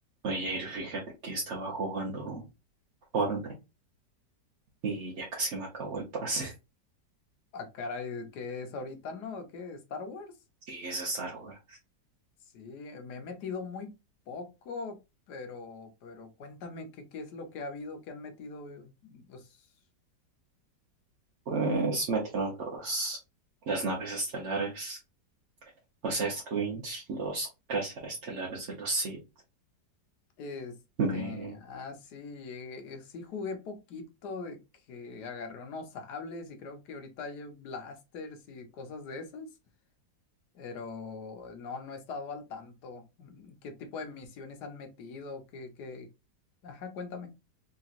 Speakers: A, on the right (about 50°); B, on the left (about 70°).
A: Oye, Jair, fíjate que estaba jugando Fortnite y ya casi me acabó el pase. <laughs>
B: Ah, caray, ¿qué es ahorita, no? ¿Qué? ¿Star Wars?
A: Y es de Star Wars.
B: Sí, me he metido muy poco, pero, pero cuéntame qué, qué es lo que ha habido, qué han metido. eh, Pues,
A: Pues metieron los, las naves estelares, los X-Wings, los estelares de los Sith.
B: este,
A: Me
B: ah, sí, eh, sí jugué poquito de que agarré unos sables y creo que ahorita hay blasters y cosas de esas, pero no, no he estado al tanto. Mm, ¿Qué tipo de misiones han metido? ¿Qué, qué? Ajá, cuéntame.